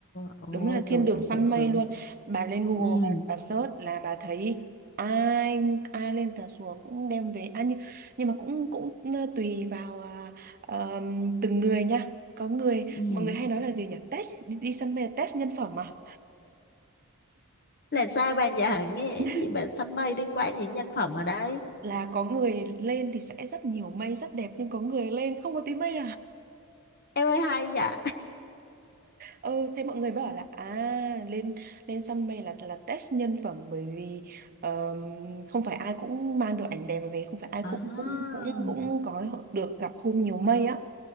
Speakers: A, on the left (about 45°); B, on the right (about 40°).
A: ôi
B: đúng là thiên
A: trời
B: đường
A: trời
B: săn
A: trời trời
B: mây luôn bà lên Google
A: ừ
B: bà, bà search là bà thấy ai ai lên Tà Xùa cũng đem về à, nhưng, nhưng mà cũng cũng ờ, tùy vào à, ờ, từng người nha có người
A: ừ
B: mọi người hay nói là gì nhỉ test đi, đi săn mây là test nhân phẩm mà
A: là sao bạn dạ nghe cái
B: <laughs>
A: gì bạn săn mây liên quan gì đến nhân phẩm ở đây
B: là có người lên thì sẽ rất nhiều mây rất đẹp nhưng có người lên không có tí mây
A: em ơi hay dạ
B: Ừ, thế mọi người mới bảo
A: <laughs>
B: là à lên lên săn mây là là test nhân phẩm bởi vì ờm, không phải ai cũng mang được ảnh đẹp về không phải ai
A: à
B: cũng cũng cũng cũng có được gặp hôm nhiều mây á